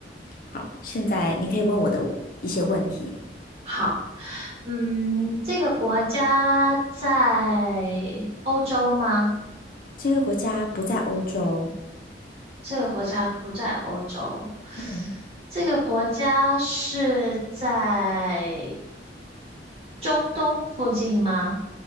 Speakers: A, on the left; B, on the right.
A: 好，现在你可以问我的一些问题。
B: 好，嗯，这个国家在欧洲吗？
A: 这个国家不在欧洲，
B: 这个国家不在欧洲，
A: 嗯。
B: 这个国家是在中东附近吗？